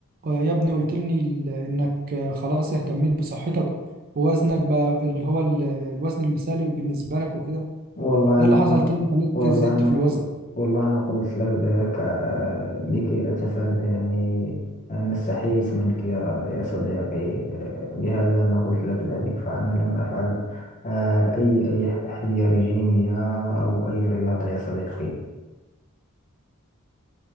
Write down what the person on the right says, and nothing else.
آه، يا ابني قلت لي انك آه، خلاص اهتميت بصحتك ووزنك بقى اللي هو ال- الوزن المثالي بالنسبه لك وكده
ايه
اللي
حصل تاني خلاك
زدت
في الوزن